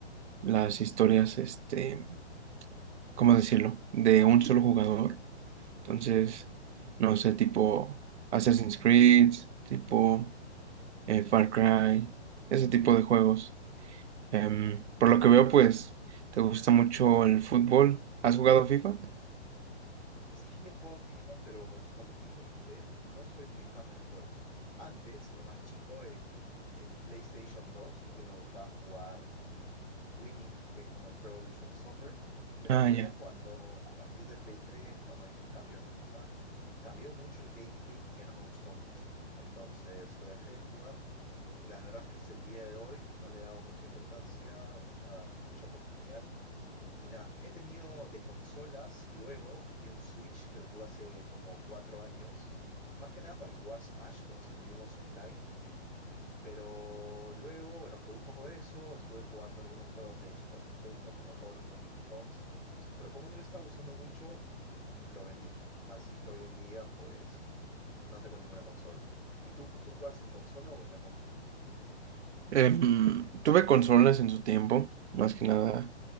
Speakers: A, on the right; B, in the centre.
A: las historias, este, ¿cómo decirlo? De un solo jugador. Entonces, no sé, tipo Assassin's Creed, tipo eh, Far Cry, ese tipo de juegos. Em, por lo que veo, pues, te gusta mucho el fútbol. ¿Has jugado FIFA?
B: Sí he jugado FIFA, pero sorprendentemente no soy muy fan del juego. Antes, de más chico, el, el PlayStation 2 sí que me gustaba jugar Winning, que es como el Pro Evolution Soccer, pero
A: Ah,
B: luego
A: ya.
B: cuando, a partir de Play 3, cuando hizo el cambio a FIFA, cambió mucho el gameplay y ya no me gustó mucho. Entonces lo dejé de jugar Y la verdad es que hasta el día de hoy no le he dado mucha importancia, mucha, mucha oportunidad. Y nada, he tenido de consolas, luego he tenido un Switch que lo tuve hace como cuatro años, más que nada para jugar Smash con los amigos online. Pero luego, bueno, jugué un poco de eso, estuve jugando algunos juegos de Super Nintendo, como todos los Donkey Kongs, pero como no lo estaba usando mucho, lo vendí. Así que hoy en día, pues, no tengo ninguna consola. ¿Y tú, tú juegas en consola o en la compu?
A: Em, tuve consolas en su tiempo, más que nada